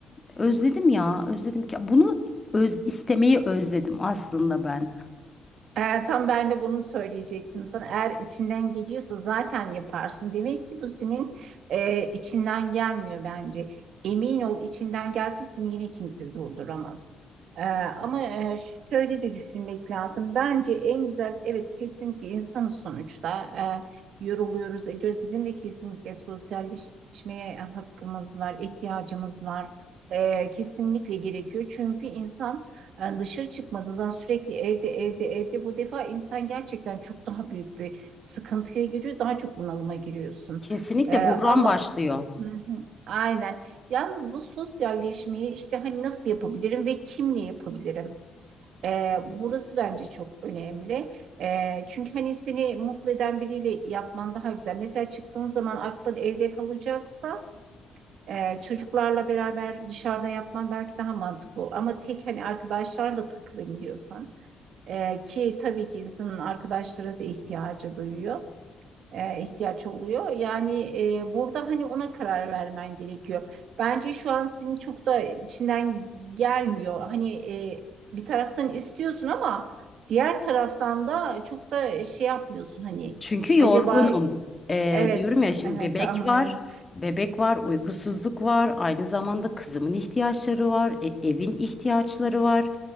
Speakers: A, on the left; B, on the right.
A: özledim ya özledim ki bunu öz, istemeyi özledim aslında ben.
B: Ee, tam ben de bunu söyleyecektim sana. Eğer içinden geliyorsa zaten yaparsın. Demek ki bu senin e, içinden gelmiyor bence. Emin ol içinden gelse seni yine kimse durduramaz. Ee, ama e, şöyle de düşünmek lazım. Bence en güzel, evet kesinlikle insanız sonuçta. Ee, yoruluyoruz, ediyoruz. Bizim de kesinlikle sosyalleşmeye hakkımız var, ihtiyacımız var. Ee, kesinlikle gerekiyor. Çünkü insan yani dışarı çıkmadığınız zaman sürekli evde evde evde bu defa insan gerçekten çok daha büyük bir sıkıntıya giriyor. Daha çok bunalıma giriyorsun.
A: Kesinlikle
B: Ee,
A: buhran
B: ama
A: başlıyor.
B: Hı hı, aynen. Yalnız bu sosyalleşmeyi işte hani nasıl yapabilirim ve kimle yapabilirim? Ee, burası bence çok önemli. Ee, çünkü hani seni mutlu eden biriyle yapman daha güzel. Mesela çıktığın zaman aklın evde kalacaksa ee, çocuklarla beraber dışarıda yapman belki daha mantıklı olur. Ama tek hani arkadaşlarla takılayım diyorsan e, ki tabii ki insanın arkadaşlara da ihtiyacı duyuyor. e, ihtiyaç oluyor. Yani e, burada hani ona karar vermen gerekiyor. Bence şu an senin çok da içinden gelmiyor. Hani e, bir taraftan istiyorsun ama diğer taraftan da çok da şey yapmıyorsun hani
A: Çünkü yorgunum.
B: acaba
A: Ee,
B: evet
A: diyorum ya şimdi
B: evet
A: bebek
B: anlıyorum.
A: var. Bebek var, uykusuzluk var. Aynı zamanda kızımın ihtiyaçları var. e- evin ihtiyaçları var.